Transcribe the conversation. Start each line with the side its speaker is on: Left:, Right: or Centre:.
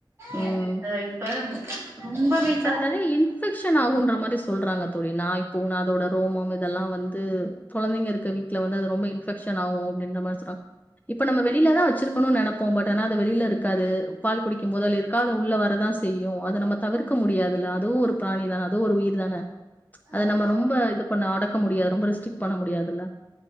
Right: இ
Left: ம்
Right: இப்ப ரொம்ப வீட்ல
Left: நறைய இன்பெக்ஷன் ஆகுன்ற மாரி சொல்றாங்க தோழி நா இப் பூன அதோட ரோமம் இதெல்லா வந்து கொழந்தைங்க இருக்க விட் ல வந்து அது ரொம்ப இன்பெக்ஷன் ஆவு அப்டின்ற மாரி சொறாங்க இப்ப நம்ம வெளிலதா வச்சிருகணுன் நெனப்போ பட் ஆனா அது வெளில இருக்காது பால் குடிக்கும் போது அது எதுக்காது உள்ள வரதா செய்யு அது நம்ம தவிர்க்க முடியாதுல்ல அதுவு ஒரு ப்ராணி தான அது ஒரு உயிர் தான அத
Right: ஆமாம்
Left: நம்ம
Right: தோழி ஆமாம் தோழி
Left: ரொம்ப இது பண்ண அடக்க முடியாது ரொம்ப ரிஸ்ட்ரிக் பண்ண முடியாதுல்ல